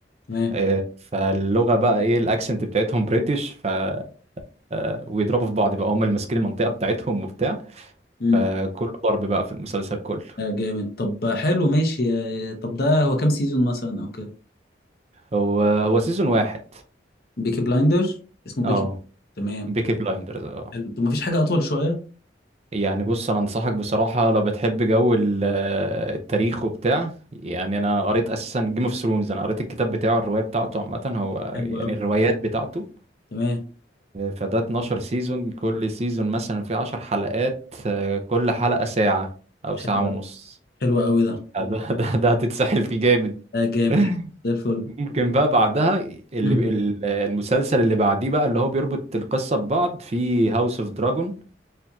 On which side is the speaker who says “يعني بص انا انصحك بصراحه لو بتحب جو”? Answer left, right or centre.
Right